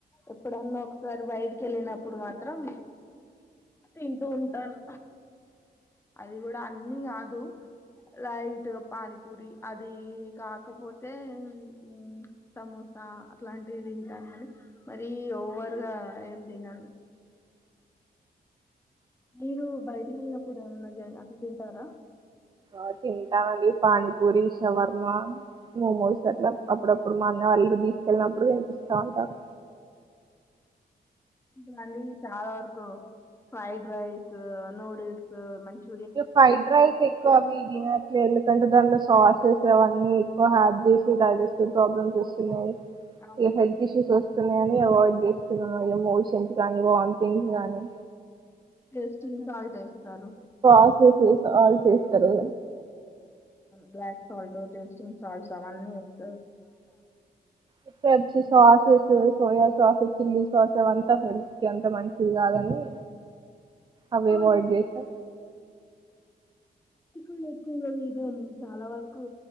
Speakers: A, on the left; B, on the right.
A: ఎప్పుడన్నా ఒకసారి బయటికి వెళ్ళినప్పుడు మాత్రం తింటూ ఉంటాను అది కూడా అన్నీ కాదు లైట్ పానీపూరి అది కాకపోతే ఉమ్ సమోసా అట్లాంటివి తింటాను మని మర ఓవర్గా ఏం తిినను మీరు బయటికి వెళ్ళినప్పుడు ఏమన్నా జ అట్లా తింటారా
B: ఆ తింటామండి పానీపూరి షవర్మ మోమోస్ అట్లా అప్పుడప్పుడు మా అన్నయ్య వాళ్ళు తీసుకెళ్ళినప్పుడు తినిపిస్తా ఉంటారు
A: ఇ అండి చాలా వరకు ఫ్రైడ్ రైస్ నూడిల్స్ మంచి
B: ఇగ ఫైడ్ రాైస్ ఎక్కువ అవి తినట్లు ఎందుకంటే దానిట్లో సాసెస్ అవన్నీ ఎక్కువ హార్ట్ చేసి డైజెస్టివ్ ప్రాబ్లమ్స్ వస్తున్నాయి
A: అవును
B: ఏ హెల్త్ ఇష్యూస్ వ ని అవాయిడ్ చేస్తున్నాను ఇో మోషన్స్ గానీ వామిటింగ్స్ గాని
A: టెస్ట్ని సాల్ట్ ఎస్తారు
B: సాస్స్ సాల్ట్స్ వేస్తారు
A: బ్లాక్ సాల్ట్ టేస్టింగ్ సాల్ట్స్ అవన్నీ వస్త
B: ఇ sauces soya sauce chilli sauce అవంతా హెల్త్ అంతా మంచిది కాదని అవి
A: అవును
B: అవాయిడ్ చేస్తా
A: అది కూడా ఎక్కువ కదద్దాము చాలా వరకు